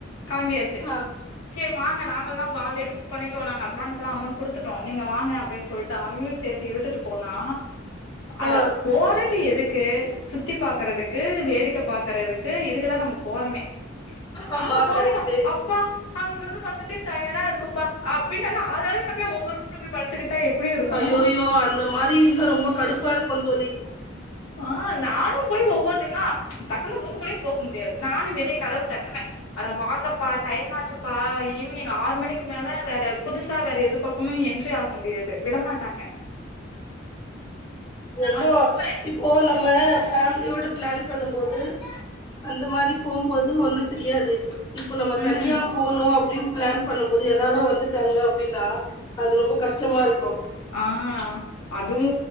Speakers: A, on the left; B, on the left.
A: கெளம்பியாச்சு
B: ஆ
A: சேரி வாங்க நாங்கல்லா பால்ரெடி புக் பண்ணிட்டோ நாங்க அட்வான்ஸ்லா அமௌண்ட் குடுத்துட்டோ நீங்க வாங்க அப்டின் சொல்ட்டு அவிங்களு சேத்து இழுத்துட்டு போனா அட
B: ஆ
A: போறது எதுக்கு சுத்தி பாக்குறதுக்கு கு வேடிக்க பாக்குறதுக்கு இதுக்குதா நம்ம போறமே
B: ஆமா
A: அங்க போனதா
B: கரெக்ட்டு
A: அப் ப்பா அங்கருந்து வந்ததே டயடா இருக்குப்பா அப்டின் நல்லா ஆளாலுக்கு அப்டியே ஒவ்வொரு ரூம்ல போய் படு த்துக்கிட்டா எப்டி இருக்கு
B: ஐயோயோ அந்த மாரி இருந்தா ரொம்ப கடுப்பா இருக்கு தோழி
A: ஆ நானு போய் ஒவ்வொருத்தங்களா டக்குனு ரூம் குள்ளயு போக முடியாது நானு வெளிய கதவு தட்றே அட வாங்கப்பா டைம் ஆச்சுப்பா ஈவினிங் ஆறு மணிக்கு மேல வேற புதுசா வேற எது ப பக்கமு என்ட்ரி ஆக முடியாது விடமாட்டாங்க
B: ரொம்போ
A: நானும் கூப்புடுறேன்.
B: இப்போ நம்ம ஃபேமிலியோட பிளான் பண்ணம்போது அந்த மாரி போம்போது ஒன்னு தெரியாது இப்ப நம்ம
A: ம்.
B: தனியா போனு அப்டின் பிளான் பண்ணும்போது எல்லாரு வந்துட்டாங்க அப்டின்னா அது ரொம்ப கஷ்டமாருக்கு
A: ஆ அதுவு